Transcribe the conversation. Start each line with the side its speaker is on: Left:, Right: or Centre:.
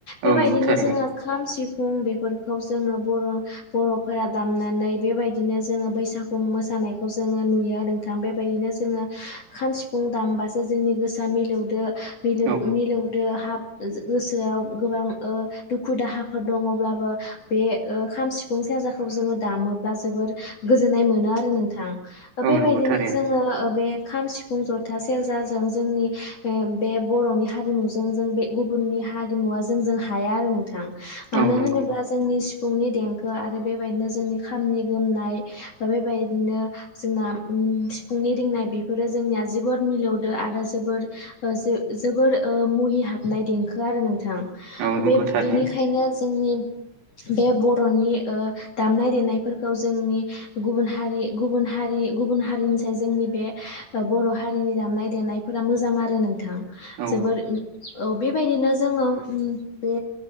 Right: औ
Left: बेबायायदिनो
Right: नंगौ थारैनो
Left: जों खाम सि फुं बेफोरखौ जोङो बर' बर'फोरा दामनानै बेबायदिनो जोङो बैसागु मोसा नायखौ जोङो नुयो नोंथां बेबायदिनो जोङो खाम, सिफुं दामबासो जोंनि गोसोआ मिलौदो मिलौ
Right: औ
Left: मिलौ दोहाब गोसोआव गोबां ओ दुखु दाहाफोर दङब्लाबो बे ओ खाम, सिफुं सेराजाखौ जोङो दामोब्ला जोबोर गोजोननाय मोनो आरो नोंथां
Right: औ
Left: बेबायदिनो
Right: नंगौ थारैनो
Left: जोङो बे खाम, सिफुं, जथा, सेरजाजों जोंनि बे बर'नि हारिमुजों जों बे गुबुन नि हारिमुवा जोंजों हाया आरो नोंथां मानो
Right: औ नंगौ
Left: होनोब्ला जोंनि सिफुंनि देंखो आरो बेबायदिनो जोंनि खामानि गोमनाय बेबायदिनो जोंना सिफुंनि रिंनाय बेफोरो जोंनिया जोबोर मिलौदो आरो जोबोर जोबोर मुहि हाबनाय देंखो आरो नोंथां
Right: औ नंगौ
Left: बे
Right: थारैनो
Left: बेनिखायनो जोंनि बे बर'नि ओ दामनाय देनायफोरखौ जोंनि गुबुन हारि गुबुन हारि गुबुन हारिनिसाय जोंनि बे बर' हारिनि दामनाय देनायफोरा मोजां आरो नोंथां
Right: औ
Left: जोबोद औ बेबायदिनो जोङो बे